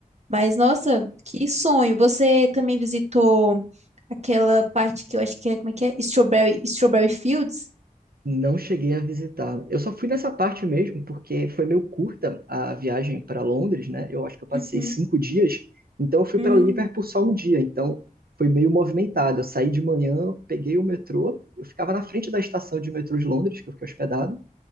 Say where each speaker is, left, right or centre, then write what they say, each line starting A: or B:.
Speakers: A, on the right (about 50°); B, on the right (about 85°).
A: Mas nossa, que sonho! Você também visitou aquela parte que eu acho que é, como é que é? Strawberry, Strawberry Fields?
B: Não cheguei a visitar. Eu só fui nessa parte mesmo, porque foi meio curta a viagem para Londres, né? Eu acho que eu passei
A: Uhum.
B: cinco dias, então eu fui
A: Hum.
B: para Liverpool só um dia, então foi meio movimentado. Eu saí de manhã, peguei o metrô, eu ficava na frente da estação de metrô de Londres, que eu fiquei hospedado,